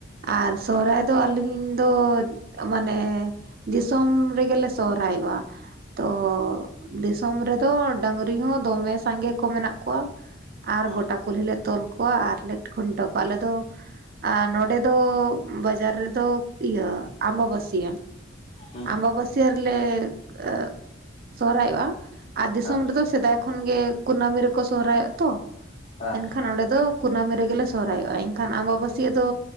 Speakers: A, on the right (about 50°); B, on the left (about 35°).
A: ᱟᱨ ᱥᱚᱦᱨᱟᱭ ᱫᱚ ᱟᱞᱤᱼᱼ ᱤᱧ ᱫᱚ ᱢᱟᱱᱮ ᱫᱤᱥᱚᱢ ᱨᱮᱜᱮ ᱞᱮ ᱥᱚᱦᱨᱟᱭᱚᱜ-ᱟ᱾ ᱛᱚ ᱫᱤᱥᱚᱢ ᱨᱮ ᱫᱚ ᱰᱟᱹᱝᱨᱤ ᱦᱚᱸ ᱫᱚᱢᱮ ᱥᱟᱸᱜᱮ ᱠᱚ ᱢᱮᱱᱟᱜ ᱠᱚᱣᱟ᱾ ᱟᱨ
B: ᱚ
A: ᱜᱚᱴᱟ ᱠᱩᱞᱦᱤ ᱞᱮ ᱛᱚᱞ ᱠᱚᱣᱟ ᱟᱨ ᱞᱮ ᱠᱷᱩᱱᱴᱟᱹᱣ ᱠᱚᱣᱟ ᱟᱞᱮ ᱫᱚ᱾ ᱟᱨ ᱱᱚᱸᱰᱮ ᱫᱚ ᱵᱟᱡᱟᱨ ᱨᱮᱫᱚ ᱤᱭᱟᱹ ᱟᱢᱵᱟ ᱵᱟᱥᱤᱭᱟᱹ᱾
B: ᱦᱩᱸ᱾
A: ᱵᱟ ᱵᱟᱹᱥᱭᱟᱹ ᱨᱮᱞᱮ ᱚᱜ ᱥᱚᱦᱨᱟᱭᱚᱜᱼᱟ ᱟᱨ ᱫᱤᱥᱚᱢ
B: ᱦᱮᱸ
A: ᱨᱮᱫᱚ ᱥᱤᱼᱼ ᱥᱮᱫᱟᱭ ᱠᱷᱚᱱ ᱜᱮ ᱠᱩᱱᱟᱹᱢᱤ ᱨᱮᱠᱚ ᱥᱚᱦᱨᱟᱭᱚᱜᱼᱟ ᱛᱚ
B: ᱦᱮᱸ
A: ᱮᱱᱠᱷᱟᱱ ᱚᱸᱰᱮ ᱫᱚ ᱠᱩᱱᱟᱹᱢᱤ ᱨᱮᱜᱮᱼᱼ ᱥᱚᱦᱨᱟᱭᱚᱜᱼᱟ ᱮᱱᱠᱷᱟᱱ ᱟᱢᱵᱟᱼᱵᱟᱹᱥᱭᱟᱸ ᱫᱚᱼᱼ